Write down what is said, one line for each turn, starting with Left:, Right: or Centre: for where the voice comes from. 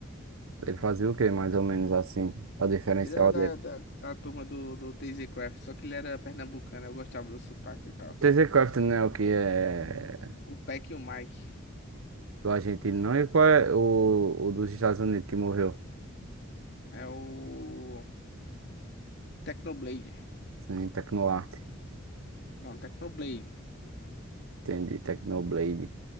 Right: Ele fazia o quê, mais ou menos assim, a diferencial
Left: Ele era da,
Right: dele?
Left: da, da turma do, do TZ Craft, só que ele era pernambucano, eu gostava do sotaque e tal.
Right: TC Crafton, né, o que é
Left: O Peck e o Mike.
Right: do argentino, não? E qual é o, o dos Estados Unidos que morreu?
Left: É o. Technoblade.
Right: assim, Em Tecnoarte,
Left: Não, Technoblade.
Right: entendi, Tecnoblade.